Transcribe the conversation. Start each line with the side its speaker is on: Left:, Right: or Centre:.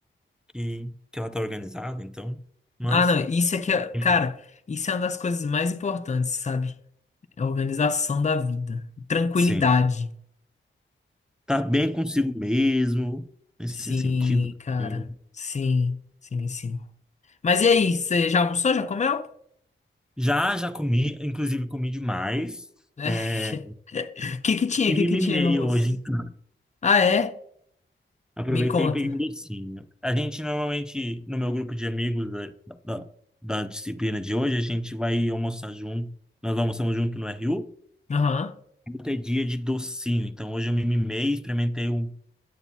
Centre: que, que ela tá organizada, então. Mas,
Left: Ah, não, isso aqui é,
Centre: enfim.
Left: cara, isso é uma das coisas mais importantes, sabe? É a organização da vida. Tranquilidade.
Centre: Sim. tá bem consigo mesmo, nesse
Left: Sim,
Centre: sentido.
Left: cara.
Centre: assim.
Left: Sim, sim, sim. Mas e aí, você já almoçou? Já comeu?
Centre: Já, já comi, inclusive comi demais.
Left: <laughs>
Centre: é,
Left: O que que tinha?
Centre: e
Left: O que
Centre: me
Left: que
Centre: mimei
Left: tinha no almoço?
Centre: hoje, então.
Left: Ah, é?
Centre: Aproveitei
Left: Me conta.
Centre: e peguei um docinho. A gente normalmente, no meu grupo de amigos da, da, da disciplina de hoje, a gente vai almoçar junto. Nós almoçamos junto no RU.
Left: Aham.
Centre: Ontem é dia de docinho. Então hoje eu me mimei, experimentei um,